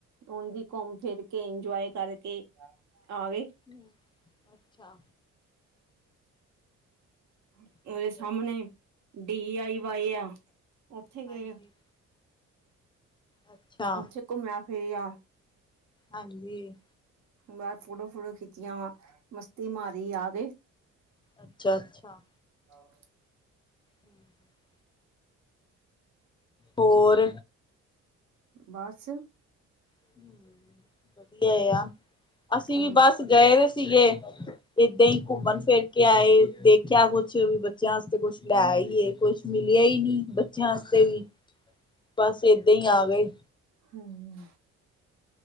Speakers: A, on the right; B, on the left.
A: ਹੁਣ ਜ ਘੁੰਮ, ਫਿਰ ਕੇ ਇੰਜੋਏ ਕਰਕੇ ਆਵੇ।
B: ਹ, ਅੱਛਾ।
A: ਉਹਦੇ
B: ਅੱਛਾ,
A: ਸਾਹਮਣੇ, ਡੀ ਆਈ ਵਾਏ ਆ, ਉੱਥੇ
B: ਹਾਂਜੀ।
A: ਗਏ।
B: ਅੱਛਾ,
A: ਉੱਥੇ, ਘੁੰਮਿਆ- ਫਿਰਿਆ।
B: ਹਾਂਜੀ,
A: ਬਾਦ ਫੋਟੋ- ਫੋਟੋ ਖਿੱਚੀਆਂ ਵਾ ਮਸਤੀ, ਮਾਰੀ, ਆ ਕੇ
B: ਅੱਛਾ, ਅੱਛਾ।
A: ਆਹ!
B: ਹਮ ਹਮ <inaudible> ਹੋਰ
A: ਬਸ।
B: ਹ, ਵਧੀਆ ਆ, ਅਸੀਂ
A: ਹਮ
B: ਬਸ। ਗਏ ਸੀਗੇ, ਏਦਾਂ ਹੀ ਘੁੰਮਣ, ਫਿਰ ਕੇ ਆਏ, ਦੇਖਿਆ ਕੁਛ ਵੀ ਬੱਚਿਆਂਸ ਕੁਛ ਲੈ ਆਈ, ਕੁਛ ਮਿਲਿਆ ਹੀ ਨੀ ਬੱਚ ਬੱਚਿਆਂ ਵਾਸਤੇ ਵੀ, ਬਸ ਏਦਾਂ ਹੀ ਆ ਗਏ।
A: ਹਮ,